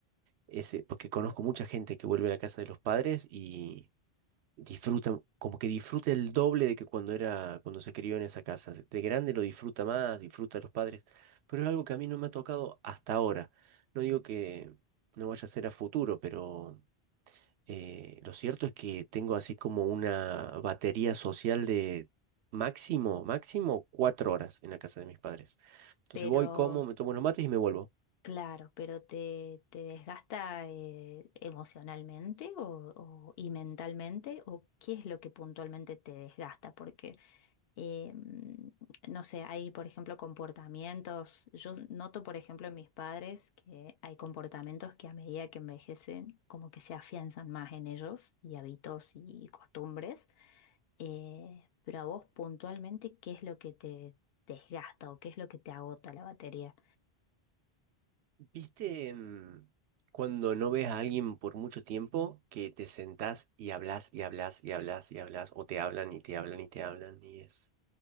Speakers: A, on the right; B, on the left.
A: ese, porque conozco mucha gente que vuelve a la casa de los padres y disfruta, como que disfruta el doble de que cuando era, cuando se crió en esa casa. De grande lo disfruta más, disfruta a los padres, pero es algo que a mí no me ha tocado hasta ahora. No digo que no vaya a ser a futuro, pero eh, lo cierto es que tengo así como una batería social de máximo, máximo cuatro horas en la casa de mis padres. Entonces
B: pero
A: voy, como, me tomo unos mates y me vuelvo.
B: Claro, pero ¿te, te desgasta eh, emocionalmente o, o- y mentalmente? ¿O qué es lo que puntualmente te desgasta? Porque, eh, mm, no sé, hay, por ejemplo, comportamientos. Yo noto, por ejemplo, en mis padres que hay comportamientos que a medida que envejecen, como que se afianzan más en ellos y hábitos y costumbres. Eh, pero a vos puntualmente, ¿qué es lo que te desgasta o qué es lo que te agota la batería?
A: ¿Viste mm, cuando no ves a alguien por mucho tiempo que te sentás y hablas y hablas y hablas y hablas o te hablan y te hablan y te hablan y es